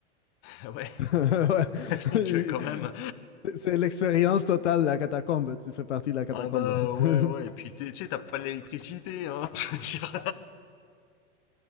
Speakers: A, on the left (about 45°); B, on the left (about 80°).
A: <laughs> ouais,
B: <laughs> Ouais.
A: donc
B: C'est
A: euh, quand même.
B: c'est l'expérience totale, la catacombe. Tu fais partie de la catacombe.
A: Ah bah ouais,
B: <laughs>
A: ouais, et Ouais. puis t'es- tu sais, t'as pas l'électricité, hein, <laughs> je veux dire.